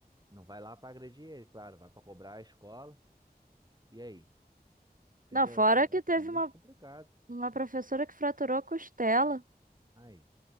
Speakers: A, on the right; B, on the right.
A: não vai lá pra agredir ele, claro, vai pra cobrar a escola. E aí? Entendeu?
B: Não, fora
A: É, só- é
B: que teve
A: é muito
B: uma,
A: complicado.
B: uma professora que fraturou a costela.
A: Aí.